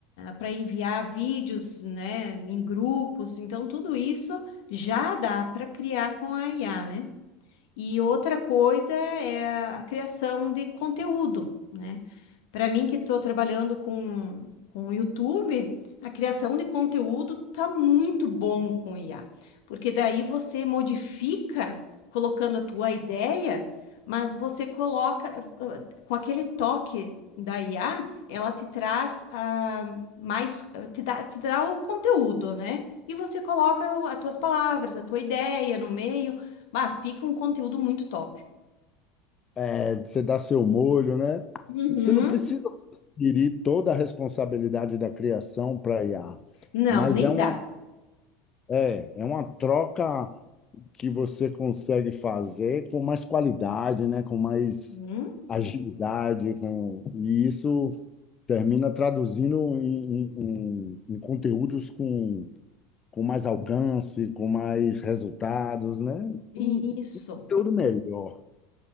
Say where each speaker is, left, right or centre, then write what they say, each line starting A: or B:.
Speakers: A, on the left; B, on the left.
A: para enviar vídeos, né, em grupos. Então, tudo isso já dá para criar com a IA, né? E outra coisa é a criação de conteúdo, né? Para mim, que estou trabalhando com, com o YouTube, a criação de conteúdo tá muito bom com IA, porque daí você modifica colocando a tua ideia, mas você coloca ah, ah, com aquele toque da IA, ela te traz ah, mais, ah, te dá, te dá o conteúdo, né? E você coloca o- as tuas palavras, a tua ideia no meio, ah, fica um conteúdo muito top.
B: é, você dá seu molho, né?
A: Uhum.
B: Você não precisa transferir toda a responsabilidade da criação para IA,
A: Não,
B: mas
A: nem
B: é uma,
A: dá.
B: é, é uma troca que você consegue fazer com mais qualidade, né? Com mais
A: Uhum.
B: agilidade, com... e isso termina traduzindo em, em- em- em conteúdos com, com mais alcance, com mais resultados, né?
A: Isso.
B: E tudo melhor.